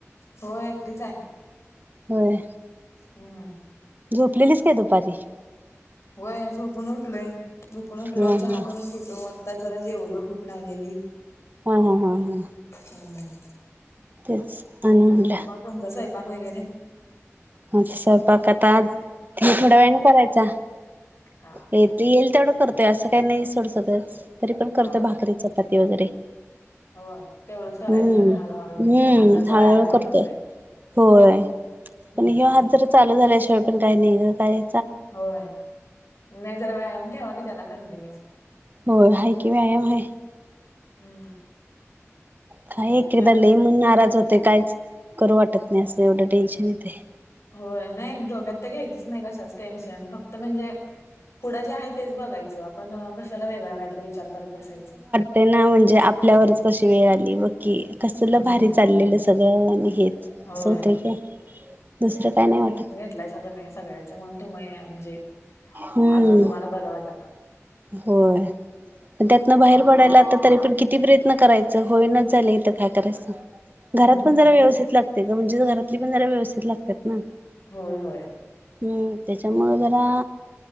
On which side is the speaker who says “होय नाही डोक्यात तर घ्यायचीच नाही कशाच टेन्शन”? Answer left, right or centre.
Left